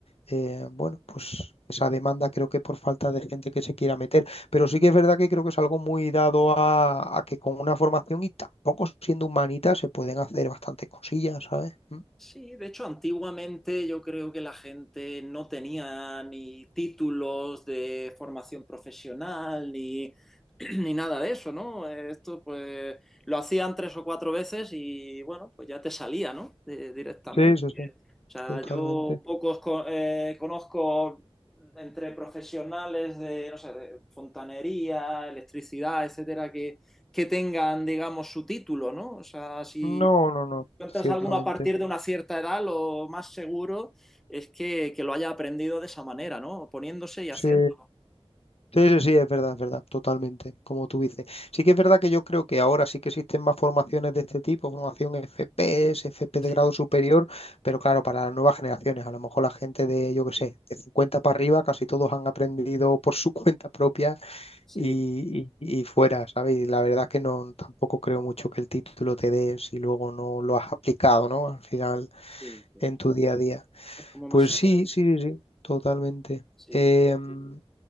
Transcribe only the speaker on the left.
eh, bueno, pues esa demanda creo que por falta de gente que se quiera meter. Pero sí que es verdad que creo que es algo muy dado a, a que con una formación y tampoco siendo humanita se pueden hacer bastantes cosillas, ¿sabes? Mm.
Sí, sí, sí,
totalmente.
No, no, no,
ciertamente.
Sí. Sí, sí, sí, es verdad, es verdad, totalmente, como tú dices. Sí que es verdad que yo creo que ahora sí que existen más formaciones de este tipo, formación FPS, FP
de grado superior, pero claro, para las nuevas generaciones, a lo mejor la gente de, yo qué sé, de 50 para arriba, casi todos han aprendido por su <laughs> cuenta propia
y, y- y fuera, ¿sabes? Y la verdad es que no, tampoco creo mucho que el título te dé si luego no lo has aplicado, ¿no? Al final,
en tu día a día.
Pues
sí, sí, sí, sí, totalmente.
Em,